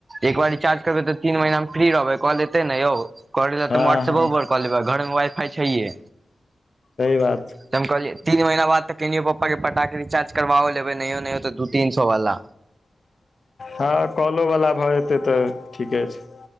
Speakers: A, on the right (about 45°); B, on the left (about 60°).
A: एक बार रिचार्ज करबै तऽ तीन महीना हम फ्री रहबै कॉल एतै न यौ करेला
B: हँ
A: तऽ हम व्हा्ट्सपो
B: हँ
A: पर कऽ लेबैऽ घर मे वाइफाइ छैहे
B: सही बात छै
A: त हम कहलियै तीन महीना बाद तऽ कहिनो पप्पा के पटाक रिचार्ज करवाओ लेबै न‌इयो न‌इयो त दू तीन सौ वाला
B: हँ कॉलो वला भऽ जेतै तऽ ठीके छै